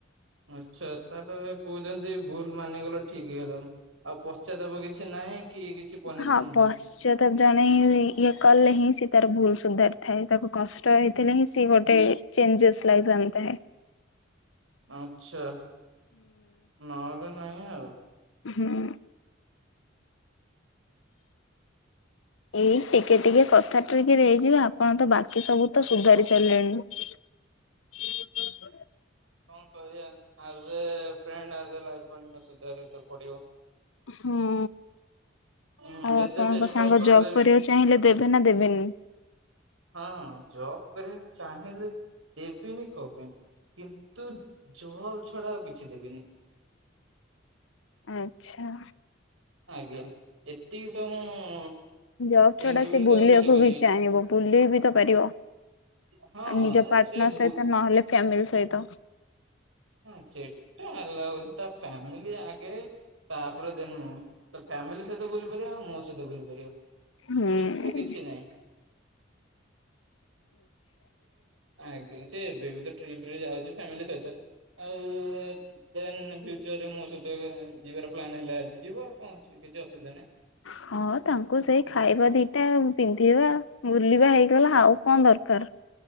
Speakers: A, on the right (about 85°); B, on the left (about 80°).
A: ଆଚ୍ଛା ତାହେଲେ କହୁଛନ୍ତି ଭୁଲ ମାନିଗଲେ ଠିକ ହେଇଥାନ୍ତା। ଆଉ ପଶ୍ଚ୍ଯାତାପ କିଛି ନାହିଁ କି କିଛି ପନିସମେଣ୍ଟ
B: ହଁ ପଶ୍ଚ୍ଯାତାପ
A: ନାହିଁ
B: ଜଣେ ଇ ଇଏ କଲେ ହିଁ ସେ ତାର ଭୁଲ ସୁଧାରି ଥାଏ ତାକୁ କଷ୍ଟ ହେଇଥିଲେ ହିଁ ସିଏ ଗୋଟେ ଚେଞ୍ଜେସେ ଲାଇଫ ରେ ଆଣି ଥାଏ।
A: ଆଛା ନହେଲେ ନାହିଁ ଆଉ।
B: ହୁଁ। ଏଇ ଟିକେ ଟିକେ କଥା ଟ୍ରିକ ହେଇଯିବେ ଆପଣ ତ ବାକି ସବୁ ତ ସୁଧାରି ସାରିଲେଣି। <unintelligible>
A: କଣ କରିବା ଆଜଏ ଫ୍ରେଣ୍ଡ ଆଜଏ ଲାଇଫପାର୍ଟନର ସୁଧାରିବାକୁତ ପଡିିବ।
B: ହୁଁ।
A: ହୁଁ
B: ଆଉ
A: ଯେତେ
B: ଆପଣଙ୍କ
A: ଚେଷ୍ଟା
B: ସାଙ୍ଗ
A: କଲେ
B: ଜବ
A: ବି
B: କରିବାକୁ ଚାହିଁଲେ ଦେବେ ନା ଦେବେନି।
A: ହଁ ଜବ କରବାକୁ ଚାହିଁଲେ ଦେବିିନି କଣ ପାଇଁ କିନ୍ତୁ ନ୍ତୁ ଜବ ଛଡା ଆଉ କିଛି ଦେବିନି।
B: ଆଚ୍ଛା।
A: ଆଜ୍ଞା ଏତିକି ତ ମୁଁ
B: ଜବ ଛଟା
A: ଇଣ୍ଡିପେଣ୍ଡେଣ୍ଟ
B: ସେ ବୁଲିବାକୁ
A: କରିପାରିବି
B: ବି ଚାହିଁବ ବୁଲେଈ ବିିତ ପାରିବ।
A: ହଁ
B: ନିଜ ପାର୍ଟନର
A: ସେ ବୁ
B: ସହିତ ନହେଲେ ଫ୍ୟାମିଲି ସହିତ।
A: ହଁ ସେଟା ଆଲାଉ ଅଛି ତା ଫ୍ୟାମିଲି ଆଗେ ତାପରେ ଦେନ୍‌ ମୁଁ। ଫ୍ୟାମିଲି ସହିତ ବୁଲି ପାରିବା ଆଉ ମୋ ସହିତ ବୁଲି ପାରିବ।
B: ହୁଁ।
A: ସେଥିରେ କିଛି ନାଇଁ। ଆଜ୍ଞା ସେ ଏବେ ବି ତ ଟ୍ରିପ ରେ ଯାଉଛି ଫ୍ୟାମିଲୀ ସହିତ। ଆଉ ଦେନ୍ ଫିୟୁଚରରେ ମୋ ସହିତ ଯିବାର ପ୍ଲାନ୍ ହେଲେ ଯିବ ଆଉ କଣ ଅଛି। କିଛି ଅସୁବିଧା ନାହିଁ।
B: ହଁ ତାଙ୍କୁ ସେଇ ଖାଇବା ଦିଟା ପିନ୍ଧିବା ବୁଲିବା ହେଇ ହେଲା ଆଉ କଣ ଦରକାର।